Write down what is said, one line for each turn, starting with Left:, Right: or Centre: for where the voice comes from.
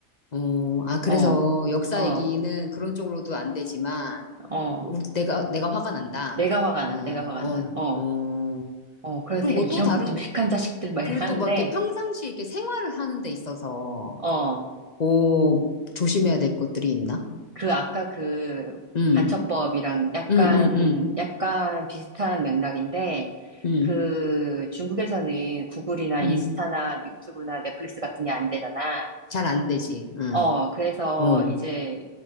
Left: 어, 아, 그래서
Right: 어,
Left: 역사
Right: 어,
Left: 얘기는 그런 쪽으로도 안 되지만,
Right: 어,
Left: 우 내가, 내가 화가 난다.
Right: 내가 화가
Left: 어,
Right: 나, 내가 화가
Left: 어,
Right: 나. 어,
Left: 어.
Right: 어, 그래서
Left: 그리고
Right: 되게
Left: 뭐
Right: 이런
Left: 또 다른
Right: 무식한
Left: 거,
Right: 자식들 막
Left: 그리고
Right: 이러는데,
Left: 또 막 이렇게 평상시 이렇게 생활을 하는 데 있어서,
Right: 어,
Left: 오, 조심해야 될 것들이 있나?
Right: 그 아까 그
Left: 응,
Right: 간첩법이랑 약간,
Left: 응, 응, 응,
Right: 약간 비슷한 맥락인데,
Left: 응,
Right: 그 중국에서는 구글이나
Left: 응.
Right: 인스타나 유튜브나 넷플릭스 같은 게 안 되잖아.
Left: 잘 안 되지. 응.
Right: 어, 그래서
Left: 어.
Right: 이제